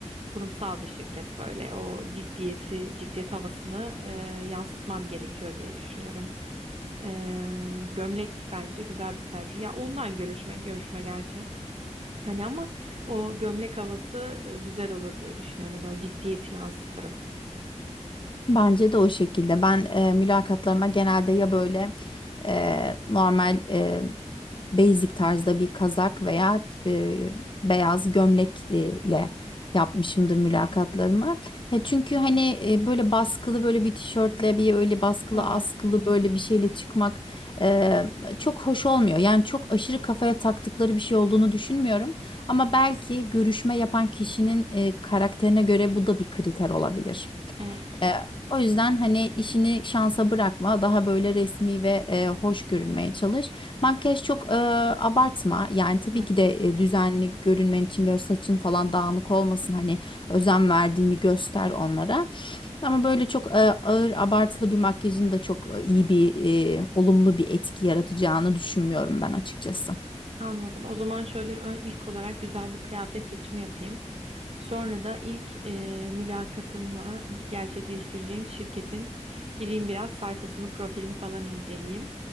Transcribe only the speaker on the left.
Bence de o şekilde. Ben e, mülakatlarıma genelde ya böyle e, normal e, basic tarzda bir kazak veya e, beyaz gömlek e, ile yapmışımdır mülakatlarımı. Ya çünkü hani e, böyle baskılı böyle bir tişörtle bir öyle baskılı
askılı böyle bir şeyle çıkmak e, çok hoş olmuyor. Yani çok aşırı kafaya taktıkları bir şey olduğunu düşünmüyorum. Ama belki görüşme yapan kişinin e, karakterine göre bu da bir kriter olabilir.
E, o yüzden hani işini şansa bırakma. Daha böyle resmi ve e, hoş görünmeye çalış. Makyaj çok e, abartma. Yani tabii
ki de
e, düzenli görünmen için böyle saçın falan dağınık olmasın. Hani özen verdiğini göster onlara. Ama böyle çok e, ağır abartılı bir makyajın da çok e, iyi bir e, olumlu bir etki yaratacağını düşünmüyorum ben açıkçası.